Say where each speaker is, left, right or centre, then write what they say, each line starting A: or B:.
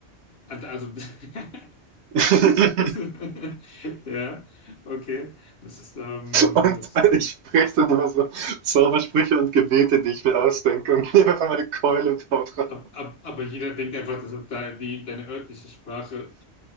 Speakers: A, on the left; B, on the right.
A: Also, <laughs>
B: <laughs>
A: das ist- ja, okay. Das ist, ähm,
B: Und
A: das,
B: ich spreche dann immer so Zaubersprüche und Gebete, die ich mir ausdenke und <laughs> nehme einfach meine Keule und hau drauf.
A: ab, ab, aber jeder denkt einfach, das ist da die, deine örtliche Sprache.